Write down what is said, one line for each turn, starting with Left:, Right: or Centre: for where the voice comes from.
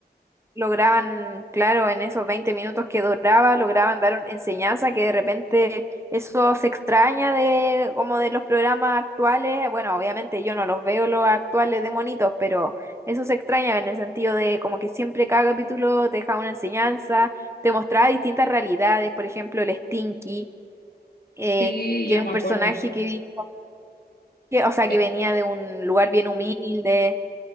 Right: lograban, claro, en esos 20 minutos que duraba, lograban dar una enseñanza que de repente eso se extraña de como de los programas actuales. Bueno, obviamente yo no los veo los actuales de monitos, pero eso se extraña en el sentido de como que siempre cada capítulo te deja una enseñanza, te mostraba distintas realidades, por ejemplo, el Stinky, eh,
Left: Sí,
Right: que
Left: yo
Right: era
Left: me
Right: un personaje
Left: acuerdo.
Right: que vivía, que- o sea,
Left: Eh,
Right: que venía de un lugar bien humilde